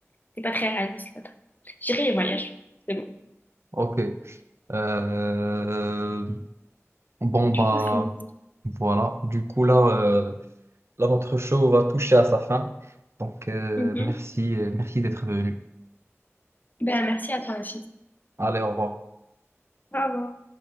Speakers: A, on the left; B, on the right.
A: c'est pas très réaliste, là. J'irai les voyages. C'est bon.
B: Ok. Euh, Bon,
A: Du
B: bah,
A: coup, c'est.
B: voilà. Du coup, là, euh, là, notre show va toucher à sa fin. Donc, euh,
A: Mhm.
B: merci, euh, merci d'être venu.
A: Ben, merci à toi aussi.
B: Allez, au revoir.
A: Au revoir.